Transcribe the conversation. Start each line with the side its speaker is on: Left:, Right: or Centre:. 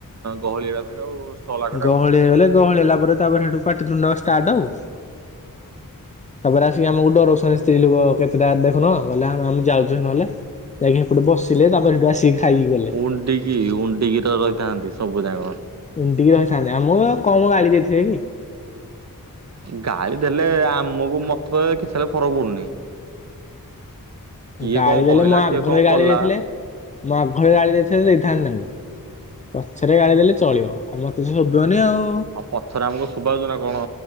Right: ଗହଳି ଏକଥର ଆଉ। ଷ୍ଟଲ ଆଗରେ
Left: ଗହଳି
Right: ଆଉ
Left: ହେଇଗଲେ ଗହଳି ହେଲା ପରେ ତାପରେ ହେଟୁ ପାଟିିତୁଣ୍ଡ ଷ୍ଟାର୍ଟ ଆଉ। ତାପରେ ଆସିକି ଆମକୁ ଡରଉଛନ୍ତି ସ୍ତ୍ରୀ ଲୋକ କେତେଟା ଦେଖୁନ କହିଲେ ଆମେ ଆମେ ଯାଉଛୁ ନେହେଲେ। ଯାଇକି ହେପଟେ ବସିଲେ ତାପରେ ସେଠୁ ଆସିକି ଖାଇକି ଗଲେ।
Right: ଉଣ୍ଡିକି ଉଣ୍ଡିକି ର ରହିଥାନ୍ତି ସବୁ ଯାକ।
Left: ଏଣ୍ତିିକି ରହିଥାନ୍ତେ ଆମକୁ କମ ଗାଳି ଦେଇଥିବେ କି।
Right: ଗାଳି ଦେଲେ ଆମକୁ ମତେ କେତେବେଳେ ଫରକ ପଡୁନି। କିଏ
Left: ଗାଳି
Right: କଣ କହିଲା
Left: ଦେଲେ ମୋ ଆଗରେ
Right: କିଏ କଣ
Left: ଗାଳି
Right: କଲା
Left: ଦେଇଥିଲେ ମୋ ଆଗରେ ଗାଳି ଦେଇଥିଲେ ଦେଇଥାନ୍ତି ତାଙ୍କୁ। ପଛରେ ଗାଳି ଦେଲେ ଚଳିବ ଆଉ ମତେ ତ ଶୋଭିବନି ଆଉ।
Right: ଆଉ ପଛରେ ଆମକୁ ଶୁଭାଯାଉଚି ନା କଣ